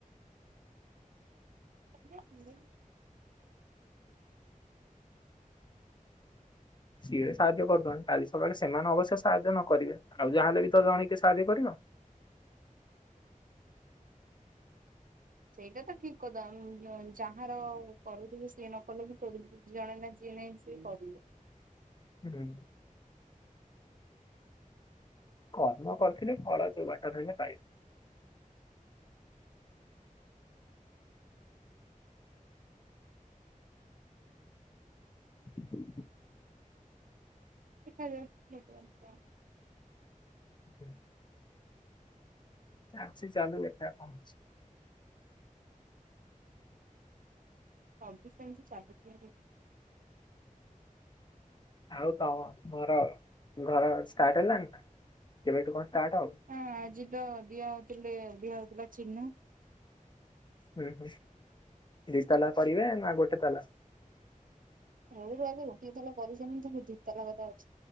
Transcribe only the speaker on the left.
ସିଏ ବି ସାହାଯ୍ୟ କରୁଛନ୍ତି କାଲି ସକାଳେ ସେମାନେ ଅବଶ୍ୟ ସାହାଯ୍ୟ ନ କରିବେ ଆଉ ଯାହା ହେଲେ ବି ତ ଜଣେ କିଏ ସାହାଯ୍ୟ କରିବ
ହୁଁ। କର୍ମ କରିଥିଲି ଫଳ ଯୋଉ ବାଟ ରେ ହେଲେ ପାଇବେ <unintelligible>
<unintelligible> ଚାଲୁଛି ଚାଲୁ ଦେଖା ଯାଉ କଣ ହୋଉଛି?
ଆଉ ତମ ଘର ଷ୍ଟାର୍ଟ ହେଲାଣି ନା କେବେଠୁ କଣ ଷ୍ଟାର୍ଟ ହବ?
ହୁଁ ହୁଁ, ଦି ତାଲା କରିବେ ନା ଗୋଟେ ତାଲା?